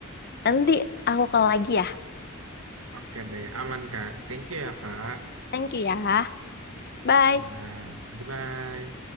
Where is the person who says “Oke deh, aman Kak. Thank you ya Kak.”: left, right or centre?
Right